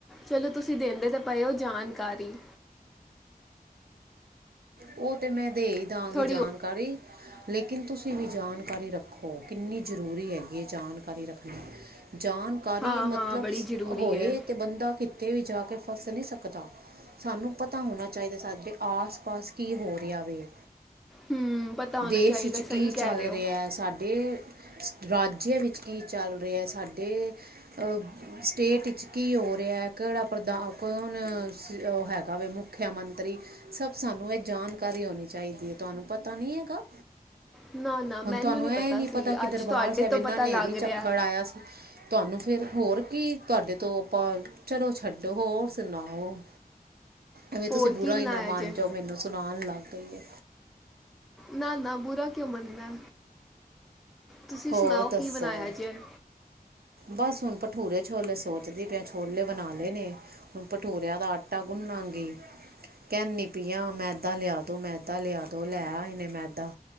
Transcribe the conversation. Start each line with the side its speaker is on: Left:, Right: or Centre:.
Centre: ਚਲੋ ਤੁਸੀਂ ਦਿੰਦੇ ਤਾਂ ਪਏ ਹੋ ਜਾਣਕਾਰੀ।
Right: ਉਹ ਤਾਂ ਮੈਂ ਦੇ ਹੀ ਦਾਗੀ
Centre: ਥੋੜੀ
Right: ਜਾਣਕਾਰੀ। ਲੇਕਿਨ ਤੁਸੀਂ ਵੀ ਜਾਣਕਾਰੀ ਰੱਖੋ ਕਿੰਨੀ ਜ਼ਰੂਰੀ ਹੈਗੀ ਹੈ ਜਾਣਕਾਰੀ ਰੱਖਣੀ। ਜਾਣਕਾਰੀ
Centre: ਹਾਂ
Right: ਮਤਲਬ
Centre: ਹਾਂ ਬੜੀ ਜ਼ਰੂਰੀ
Right: ਹੋਏ
Centre: ਹੈ
Right: ਤੇ ਬੰਦਾ ਤੇ ਵੀ ਜਾ ਕੇ ਫਸ ਨੀ ਸਕਦਾ ਸਾਨੂੰ ਪਤਾ ਹੋਣਾ ਚਾਹੀਦਾ ਸਾ ਵੀ ਆਸ-ਪਾਸ ਕੀ ਹੋ ਰਿਹਾ ਵੇ
Centre: ਹੂੰ ਪਤਾ ਹੋਣਾ
Right: ਦੇਸ਼
Centre: ਚਾਹੀਦਾ
Right: ਚ ਕੀ
Centre: ਸਹੀ
Right: ਚੱਲ
Centre: ਕਹਿ ਰਹੇ ਹੋ
Right: ਰਿਹਾ ਸਾਡੇ ਰਾਜਿਆ ਵਿੱਚ ਕੀ ਚੱਲ ਰਿਹਾ ਸਾਡੇ ਅਹ ਸਟੇਟ ਇਚ ਕੀ ਹੋ ਰਿਹਾ ਕਿਹੜਾ ਪ੍ਰਧਾਨ ਕੌਣ ਉਹ ਹੈਗਾ ਵ ਮੁੱਖਿਆ ਮੰਤਰੀ ਸਭ ਸਾਨੂੰ ਇਹ ਜਾਣਕਾਰੀ ਹੋਣੀ ਚਾਹੀਦੀ ਏ ਤੁਹਾਨੂੰ ਪਤਾ ਨੀ ਹੈਗਾ?
Centre: ਨਾ ਨਾ ਮੈਨੂੰ
Right: ਹੁਣ ਤੁਹਾਨੂੰ
Centre: ਨਹੀਂ
Right: ਐਹ ਨੀ
Centre: ਸੀ
Right: ਪਤਾ ਕਿ
Centre: ਅੱਜ
Right: ਦਰਬਾਰ
Centre: ਤੁਹਾਡੇ
Right: ਸਾਹਿਬ
Centre: ਤੋਂ
Right: ਏਨਾਂ
Centre: ਪਤਾ
Right: ਨ੍ਹੇਰੀ
Centre: ਲੱਗ ਰਿਹਾ
Right: ਝਖੱੜ ਆਇਆ ਸੀ। ਤੁਹਾਨੂੰ ਫਿਰ ਹੋਰ ਕੀ ਤੁਹਾਡੇ ਤੋ ਆਪਾਂ ਚਲੋ ਛੱਡੋ ਹੋਰ ਸੁਣਾਓ, ਐਵੇਂ ਤੁਸੀਂ
Centre: ਹੋਰ
Right: ਬੁਰਾ
Centre: ਕੀ ਬਣਾਇਆ
Right: ਈ ਨਾ ਮਾਨ
Centre: ਜੇ
Right: ਜਾਓ ਮੈਨੂੰ ਸੁਣਾਉਣ ਲੱਗ ਗਈ।
Centre: ਨਾ-ਨਾ ਬੁਰਾ ਕਿਉਂ ਮੰਨਨਾ ਤੁਸੀਂ
Right: ਹੋਰ
Centre: ਸੁਣਾਓ
Right: ਦੱਸੋ
Centre: ਕੀ ਬਣਾਇਆ ਜੇ?
Right: ਬਸ ਹੁਣ ਭਟੂਰੇ-ਛੋਲੇ ਸੋਚਦੀ ਪਈ ਆ, ਛੋਲੇ ਬਣਾ ਲੈ ਨੇ। ਭਟੂਰਿਆਂ ਦਾ ਆਟਾ ਗੁਨਾਗੀ। ਕਹਿੰਨੀ ਪਈ ਆ ਮੈਦਾ ਲਿਆ ਦੋ, ਮੈਦਾ ਲਿਆ ਦੋ ਲੈ ਆਏ ਨੇ ਮੈਦਾ।